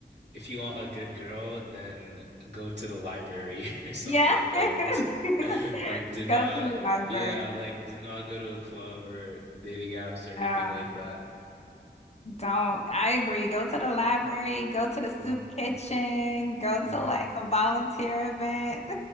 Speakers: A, on the right; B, on the left.
A: if you want a good girl, then go to the library <laughs> or something
B: Yeah.
A: like
B: <laughs>
A: d <laughs> like do not
B: Go to the library.
A: yeah, like do not go to a club or dating apps or anything
B: Yeah.
A: like that.
B: Don't, I agree. Go to the library, go to the soup
A: hmm
B: kitchen, go
A: hmm
B: to like a volunteer event.